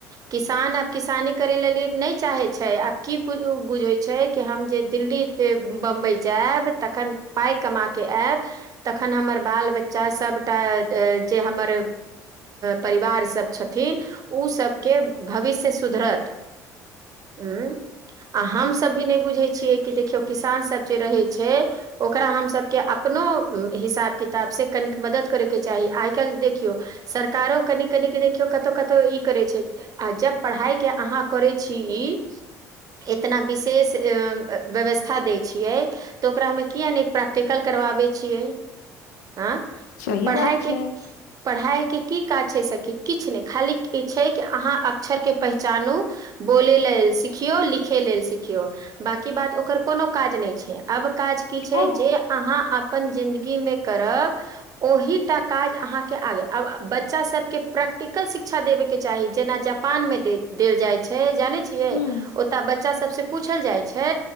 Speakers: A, on the right; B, on the left.
A: किसान अप किसानी करै लेल नहि चाहै छै आब की बुझै छै कि हम जे दिल्ली बम्बई जायब तखन पाइ कमा के आयब तखन हमर बाल बच्चा सबटा जे हमर परिवार सब छथि थिन ओ सबके भविष्य सुधरत ह आ हम सब भी नय बुझे छियै कि देखियौ किसान सब जे रहे छै ओकरा हम सबके अपनो हिसाब किताबसँ कनिक मदद करैके चाही आइ काल्ह देखियौ सरकारो कनी कन क देखियौ कतो कतो ई करै छै आ जब पढ़ाइके अहाँ करै छी ई एतना विशेष अ व्यवस्था दै छियै तऽ ओकरा मे किया नय प्रैक्टिकल करबाबै छियै आँ
B: सही
A: पढ़ाई
B: बात
A: के
B: छै
A: पढ़ाइ के की काज छै सब कि किछु नय खाली ई छै कि अहाँ अक्षर के पहचानू बोले लेल सिखियौ लिखे लेल सिखियौ बाकि बात ओकर कोनो काज नय छै अब काज की छै
B: हँ
A: जे अहाँ अपन जिन्दगी मे करब ओहिटा काज अहाँके आगे आब बच्चा सबके प्रैक्टिकल शिक्षा देबेके चाही जेना ज पान मे दे देल जाइ छै जानै छियै
B: हूँ
A: ओतऽ बच्चा सबसँ पूछल जाइ छै